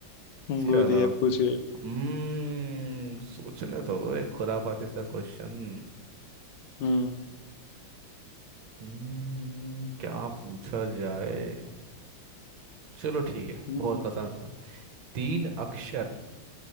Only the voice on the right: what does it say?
चलो
हम्म सोचने तो दो एक खुरापाती सा क्वेश्चन
हम्म क्या पूछा जाए चलो ठीक है
बहुत आसान सा सा। तीन अक्षर